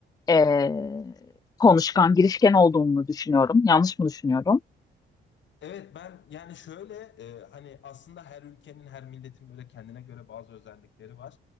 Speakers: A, on the left (about 20°); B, on the left (about 65°).
A: e, konuşkan, girişken olduğunu düşünüyorum. Yanlış mı düşünüyorum?
B: Evet ben yani şöyle e, hani aslında her ülkenin her milletin böyle kendine göre bazı özellikleri var.